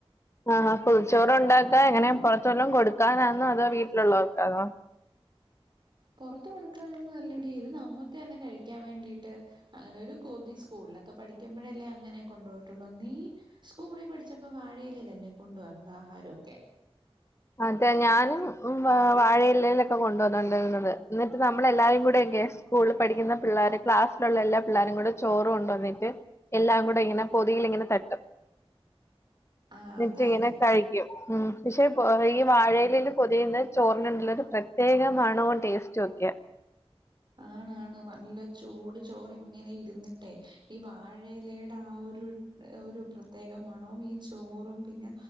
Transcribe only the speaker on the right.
പുറത്ത് കൊടുക്കാനൊന്നും അല്ലടി ഇത് നമ്മക്കെന്നെ കഴിക്കാൻ വേണ്ടീട്ട് അങ്ങനെ ഒരു കൊതി സ്കൂളിലൊ ക്കെ പഠിക്കുമ്പോഴേ അല്ലേ അങ്ങനെ കൊണ്ടുപോയിട്ടുള്ളൂ നീ സ്കൂളിൽ പഠിച്ചപ്പോ വാഴയിലല്ലല്ലേ കൊണ്ട് വന്നാ ആഹാരൊക്കെ
ആഹ്
അതന്നെ
ആണാണ് നല്ല ചൂട് ചോർ ഇങ്ങനെ ഇരുന്നിട്ടെ ഈ വാ ഴയിലയുടെ ആ ഒരു ഒരു പ്രത്യേക മണവും ഈ ചോറും പിന്നെ